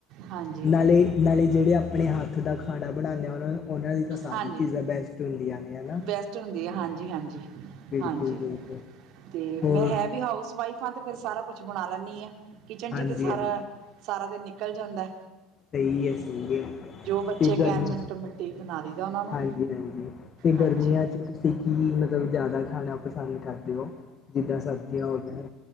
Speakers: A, on the right; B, on the left.
A: ਹਾਂਜੀ
B: ਨਾਲੇ ਨਾਲੇ ਜੇੜੇ ਆਪਣੇ ਹੱਥ ਦਾ ਖਾਣਾ ਬਣਾਦੇ ਓਨਾ ਨੂੰ ਓਨਾ ਦੀ ਤਾਂ ਸਾਰੀ
A: ਹਾਂਜੀ
B: ਚੀਜਾ ਬੈਜਟ ਹੁੰਦੀਆਂ ਨੇ ਹਨਾ
A: ਬੈਸਟ ਹੁੰਦੀ ਹੈ ਹਾਂਜੀ ਹਾਂਜੀ
B: ਬਿਲਕੁਲ-
A: ਹਾਂਜੀ
B: ਬਿਲਕੁਲ
A: ਤੇ
B: ਹੋਰ
A: ਮੈਂ ਹੈਵੀ ਹਾਊਸ ਵਾਈਫ ਆ ਤੇ ਫੇਰ ਸਾਰਾ ਕੁਛ ਬਣਾ ਲੈਣੀ ਆਂ ਕਿਚਨ
B: ਹਾਂਜੀ
A: ਚ ਤੇ ਸਾਰਾ
B: ਹਾਂਜੀ
A: ਸਾਰਾ ਦਿਨ ਨਿਕਲ ਜਾਦਾ
B: ਸਈ ੲੈ, ਸਈ ੲੈ,
A: ਬੱਚੇ
B: ਫੇਰ
A: ਕਹਿਣ
B: ਗਰਮੀ
A: ਮਿੰਟੋ ਮਿੰਟੀ ਬਣਾ ਲਈਦਾ ਉਹਨਾਂ ਨੂੰ
B: ਹਾਂਜੀ -ਹਾਂਜੀ, ਤੇ
A: ਹਾਂਜੀ
B: ਗਰਮੀਆਂ ਚ ਤੇ ਕੀ ਮਤਬ ਜਾਦਾ ਖਾਣਾ ਪਸੰਦ ਕਰਦੇ ਓ, ਜਿਦਾ ਸਬਜੀਆਂ ਹੋ ਗਿਆ